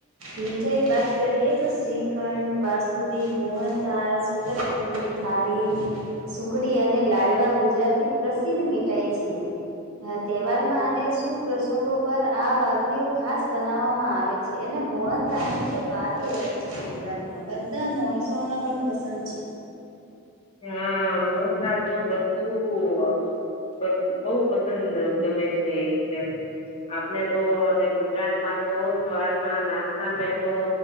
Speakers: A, on the right; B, on the left.
A: મીઠાાઈ વાત કરીએ તો શ્રીખંડસ સુધી મોહનદાલ સુકતબેની ધારી સુકડી અને લાડવા ગુજરાતની પ્રસિદ્ધ મીઠાઈ છે હ તહેવારમાં આને શું પ્રસંગો પર આ વાગણીઓ ખાસ બનાવવામાં આવે છે અને મોહનતાાલની તો બાત અલગ છે ગુજરાત બધા માણસોને પણ પસંદ છે
B: હા મોન થાલ તો બધું બહુ પસંદ ગમે છે એટલે આપને તો એ ગુજરાતમાં તો સ્ર ના નાસ્તા મે તો